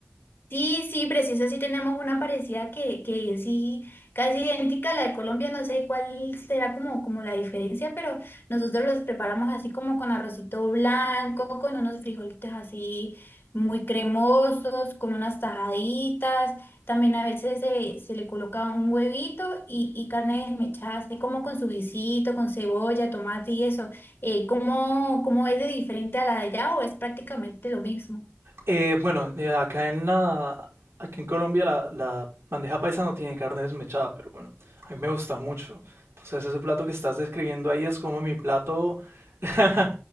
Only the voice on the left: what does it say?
Sí, sí, preciso, sí tenemos una parecida que, que es sí, casi idéntica a la de Colombia, no sé cuál será como, como la diferencia, pero nosotros los preparamos así como con arrocito blanco, con unos frijolitos así muy cremosos, con unas tajaditas, también a veces se, se le coloca un huevito y, y carne desmechada, así como con su guisito, con cebolla, tomate y eso. Eh, ¿cómo, cómo es de diferente a la de allá o es prácticamente lo mismo?